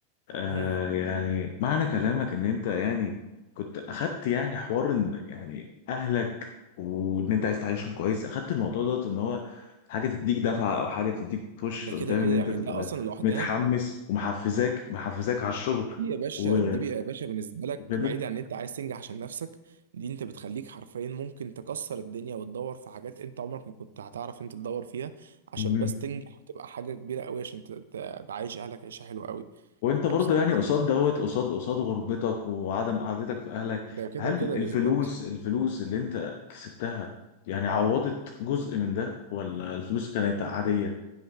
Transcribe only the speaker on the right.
مهم.
ده
كده كده
يعني
ده اصلا لوحدها
دي يا باشا
دي يا باشا بالنسبه لك
بعيد عن ان انت عايز تنجح عشان نفسك دي انت بتخليك حرفيا ممكن تكسر الدنيا وتدور في حاجات انت عمرك ما كنت هتعرف انت تدور فيها عشان
بس تنجح وتبقى حاجه كبيره قوي عشان ت- ت- تعيش اهلك عيشه حلوه قوي
فبصراحه
ده كده
كده
بالظبط